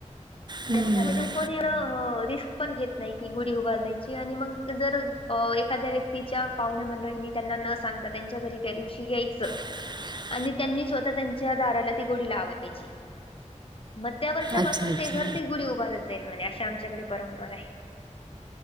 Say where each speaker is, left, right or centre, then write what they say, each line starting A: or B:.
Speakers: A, on the left; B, on the right.
A: म्हणजे
B: हम्म.
A: कोण. मी ह रिस्क पण घेत नाही. की गुढी उभारण्याची आणि मग जर एखाद्या व्य तिच्या पाहुणे मंडळीनी त्यांना न सांगता त्यांच्या घरी त्या दिवशी यायचं.
B: <inaudible>
A: आणि त्यांनी स्वतः त्यांच्या दाराला ती गुडी लावायची. मग त्या वर्षापासून
B: अच्छा अच्छा
A: ते घर. ती गुढी उभारत जाईल. म्हणे अशी आमच्याकडे परंपरा आहे.